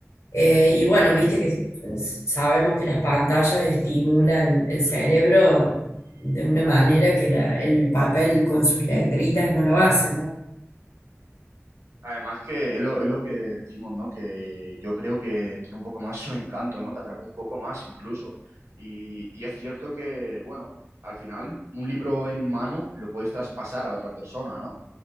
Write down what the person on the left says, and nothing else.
Eh, y bueno, viste que s- sabemos que las pantallas estimulan el cerebro
de una manera que la- el papel con sus letritas no lo hace, ¿no?